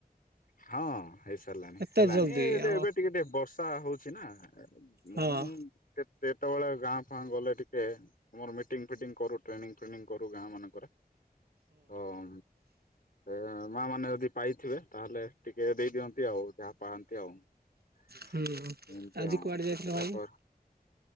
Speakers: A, on the left (about 65°); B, on the right (about 75°).
A: ହଁ ହେଇସାରିଲାଣି
B: ଏତେ
A: ହେଲାଣି
B: ଜଲଦି
A: ଏ ଏବେ
B: ଅ
A: ଟିକେ ଟିକେ ବର୍ଷା ହଉଛି ନା। ମୁଁ
B: ହଁ।
A: କେତେବେଳେ ଗାଁ ଫାଁ ଗଲେ ଟିକେ। ଆମର ମିଟିଙ୍ଗ ଫିଟିଙ୍ଗ କରୁ ଟ୍ରେନିଙ୍ଗ ଫ୍ରେନିଙ୍ଗି କରୁ ଗାଁ ମାନଙ୍କରେ। ହଁ, ଏ ମା ମାନେ ଯଦି ପାଇଥିବେ ତାହେଲେ ଟିକେ ଦେଇ ଦିଅନ୍ତି ଆଉ ଯାହା, ପାଆନ୍ତି ଆଉ। ଏମିତି
B: ହୁଁ ଆଜି
A: ଆଉ
B: କୁଆଡେ ଯାଇଥିଲ
A: ସେଟା
B: ଭାଇ?
A: କର।